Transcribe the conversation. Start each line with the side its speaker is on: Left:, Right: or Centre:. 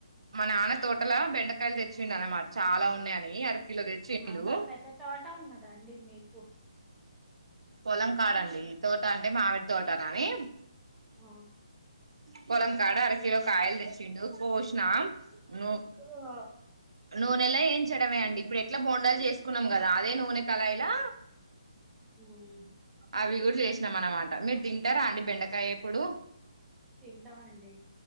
Right: మా నాన్న తోటలా బెండకాయలు తెచిండు అన్నమాట చాలా ఉన్నాయని అర కిలో తెచ్చిండు
Centre: అంత పెద్ద తోట ఉన్నదండి మీకు
Right: పొలం కాడంండి తోట అంటే మామిడి తోట కాని
Centre: ఆ
Right: పోలంకాడ అర కిలో కాయలు తెచ్చిండు పో స్నా న
Centre: ఆ
Right: నూనెలా ఏం చెడమే అండి ఇప్పుడు ఎట్లా బోండాలు చేసుకున్నాం కదా అదే నూనె కళయిలా
Centre: ఉమ్
Right: అవి రు చేసినాం అనమాట మీరు తింటారా అండి బెండకాయ ఇప్పుడు
Centre: తింటామండి